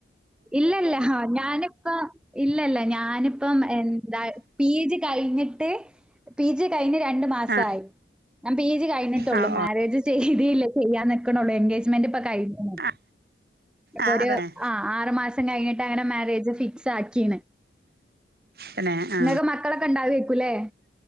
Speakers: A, in the centre; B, on the right.
A: ഇല്ലല്ല ഞാനിപ്പ ഇല്ലല്ല ഞാന് ഇപ്പം എന്താ പി ജി കയിഞ്ഞിട്ട് പി ജി കയിഞ്ഞ് രണ്ട് മാസായി
B: ആ
A: ഞാൻ പി ജി കയിഞ്ഞിട്ടുള്ളൂ
B: ആ ഓ
A: മാരേജ് ചെയ്തില്ല ചെയ്യൻ ന്ക്ക്‌ണോള്ളു എൻഗേജ്മെന്റ്പ്പൊ കയിഞ്ഞൂള്ളു
B: ആ
A: ഇപ്പോരു
B: ആ അതന്നെ
A: ആ ആറ് മാസം കഴിഞ്ഞിട്ടങ്ങന മാരേജ് ഫിക്സാക്കിയാണ്
B: തന്നെ ആ
A: ഇങ്ങക്ക് മക്കളൊക്ക്‌ണ്ടാവ്ആയിരിക്കൂല്ലേ